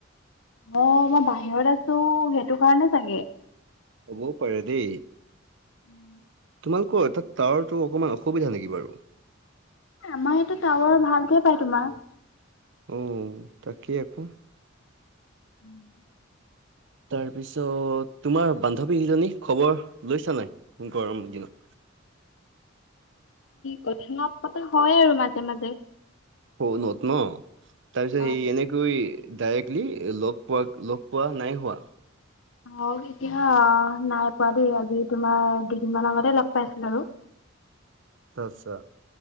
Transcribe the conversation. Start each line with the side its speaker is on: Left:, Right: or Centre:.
Left: অ' মই বাহিৰত আছো সেইটো কাৰণে চাগে।
Right: হ'বও পাৰে দেই।
Left: উম।
Right: তোমালোকৰ তাত টাৱাৰটো অকমান অসুবিধা নেকি বাৰু।
Left: আমাৰ এইটো টাৱাৰ ভালকে পাই তোমাৰ।
Right: অ' তাকে আকৌ।
Left: উম।
Right: তাৰপিছত তোমাৰ বান্ধৱী কেইজনী, খবৰ লৈছোঁ নে নাই গৰম দিনত।
Left: কথা পতা হয় আৰু মাজে মাজে।
Right: ফোনত ন, তাৰপিছত
Left: অ।
Right: হেৰি এনে গৈ ডাইৰেক্টলি লগ পোৱা লগ পোৱা নাই হোৱা।
Left: অ' এতিয়া নাই পোৱা দেই আজি তোমাৰ দুদিনমান আগতে লগ পাইছিলো আৰু।
Right: আচ্ছা আচ্ছা,